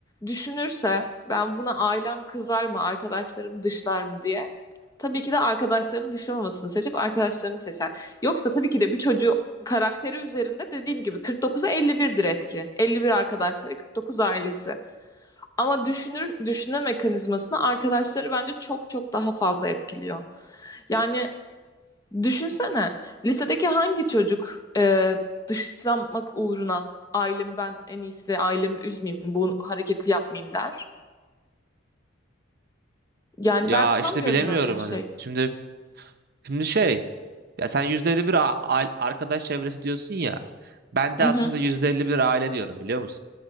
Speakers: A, on the left; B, on the right.
A: düşünürse ben buna ailem kızar mı, arkadaşlarım dışlar mı diye. Tabii ki de arkadaşlarının dışlamamasını seçip arkadaşlarını seçer. Yoksa tabii ki de bir çocuğu karakteri üzerinde dediğim gibi kırk dokuz'a elli birdir etki. 51 arkadaşları, 49 ailesi. Ama düşünür, düşünme mekanizmasını arkadaşları bence çok çok daha fazla etkiliyor. Yani düşünsene lisedeki hangi çocuk e, dışlanmak uğruna ailemi ben en iyisi ailemi üzmeyeyim bu hareketi yapmayayım der. Yani
B: Ya
A: ben sanmıyorum
B: işte bilemiyorum
A: öyle bir
B: hani.
A: şey.
B: Şimdi şimdi şey ya sen %51 a- a- arkadaş çevresi diyorsun ya. Ben
A: Hı
B: de aslında
A: hı.
B: %51 aile diyorum biliyor musun?